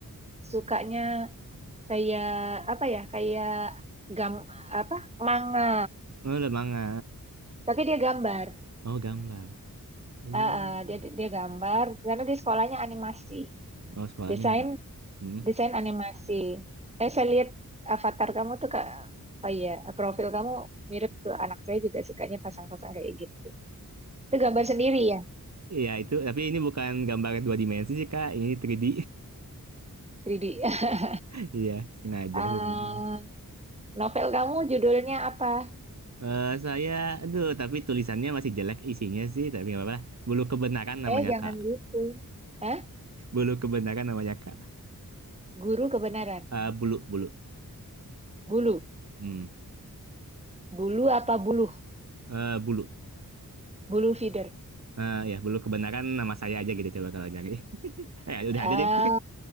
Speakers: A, on the right; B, on the right.
A: sukanya kayak apa ya? Kayak gam apa? Manga.
B: Oh udah manga.
A: Tapi dia gambar.
B: Oh gambar. Oh,
A: Ah, ah, dia dia gambar karena di sekolahnya animasi,
B: oh sekolahnya
A: desain
B: nih mak. Hmm.
A: desain animasi. Eh, saya lihat avatar kamu tuh kak, oh iya, profil kamu mirip tuh anak saya juga sukanya pasang-pasang kayak gitu. Itu gambar sendiri ya,
B: Iya itu, tapi ini bukan gambar dua dimensi sih Kak, ini 3D.
A: 3D. <laughs>
B: <laughs> Iya, sengaja
A: Ah,
B: sebenarnya. ini.
A: novel kamu judulnya apa?
B: Eh saya, aduh, tapi tulisannya masih jelek isinya sih, tapi nggak apa-apa. lah. Bulu kebenaran namanya
A: Eh, jangan
B: Kak.
A: gitu. Hah?
B: Bulu kebenaran namanya Kak.
A: Guru kebenaran.
B: Eh bulu, bulu.
A: Bulu.
B: Hmm.
A: Bulu apa buluh?
B: Eh bulu.
A: Bulu feeder.
B: Eh ya, bulu kebenaran nama saya aja gitu coba kalau nyari. <laughs> Eh udah
A: Ah,
B: ada deh.